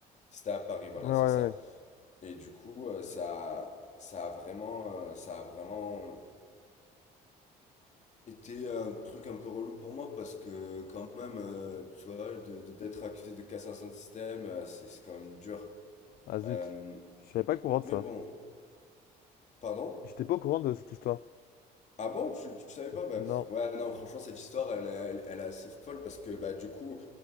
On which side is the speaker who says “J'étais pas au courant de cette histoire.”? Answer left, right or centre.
Left